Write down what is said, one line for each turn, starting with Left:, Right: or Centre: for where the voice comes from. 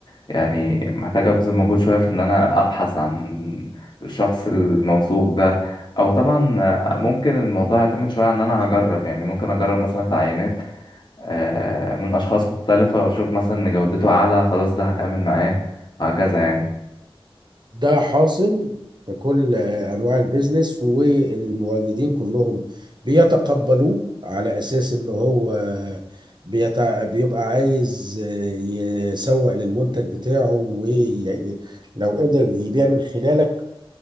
Left: يعني محتاج ابذل مجهود شويه في ان انا ابحث عن الشخص الموثوق ده او طبعا آه، ممكن الموضوع يعتمد شويه عن ان انا هجرب يعني ممكن اجرب مثلا في عينات آه، من اشخاص مختلفه واشوف مثلا ان جودته اعلى خلاص ده هتعامل معاه وهكذا يعني
Right: ده حاصل في كل انواع البيزنس والمواجدين كلهم بيتقبلوه على اساس ان هو بيتع... بيبقى عايز يسوق للمنتج بتاعه ولو قدر يبيع من خلالك